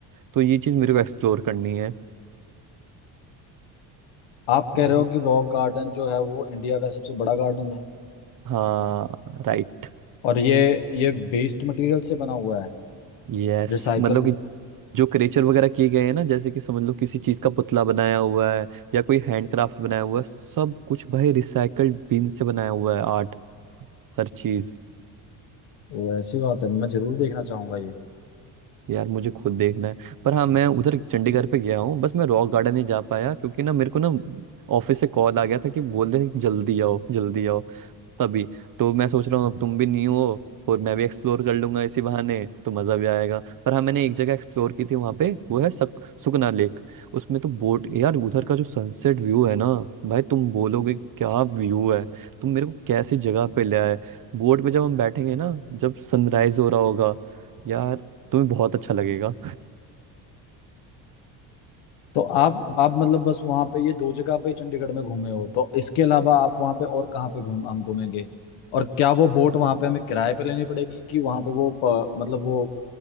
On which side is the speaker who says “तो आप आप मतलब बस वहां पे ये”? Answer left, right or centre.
Left